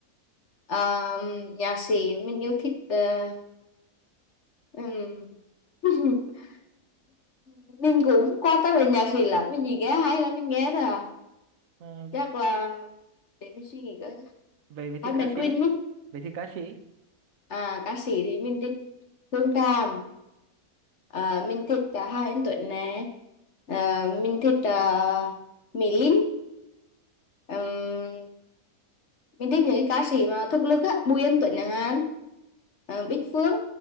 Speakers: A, on the left; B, on the right.
A: ờ, nhạc sĩ mình yêu thích ờ, Ừm. <laughs> mình cũng qua tâm đến nhạc gì lắm mình gì nghe hay lắm mình nghe thôi à
B: Ờ,
A: chắc là để mình suy nghĩ coi
B: về về thì
A: Hát Mạnh
B: ca
A: Quỳnh
B: sĩ
A: ấy
B: về thì ca sĩ
A: à ca sĩ thì mình thích Phương Tràm à, mình thích uh, Hà Anh Tuấn nè à, mình thích uh, Mỹ Linh Ừm, mình thích những cái ca sĩ mà thực lực á Bùi Anh Tuấn chẳng hạn ờ, Bích Phương